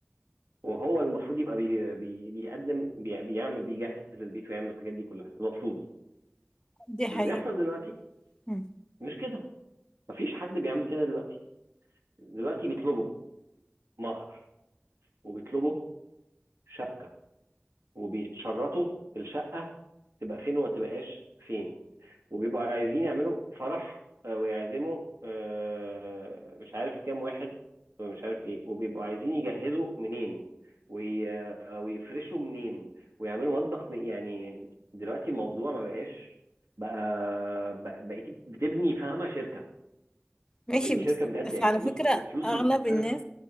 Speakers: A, on the right; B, on the left.
A: وهو المفروض يبقى بي بي بيقدم بي بيعمل بيجهز البيت ويعمل الحاجات دي كلها المفروض
B: دي حقيقة
A: اللي بيحصل دلوقتي
B: مم.
A: مش كده مفيش حد بيعمل كده دلوقتي دلوقتي بيطلبوا مهر وبيطلبوا شبكة وبيتشرطوا الشقة تبقى فين وما تبقاش فين وبيبقوا عايزين يعملوا فرح آه، ويعزموا آه، مش عارف كام واحد مش عارف ايه وبيبقوا عايزين يجهزوا منين وي... آه، ويفرشوا منين ويعملوا مطبخ من... يعني دلوقتي الموضوع ما بقاش بقى بق- بقيتي بتبني فاهمة شركة
B: ماشي
A: بتبني
B: بس
A: شركة بجد
B: بس
A: يعني
B: على
A: فلوس
B: فكرة
A: الفلوس
B: أغلب
A: اللي بتتصرف
B: الناس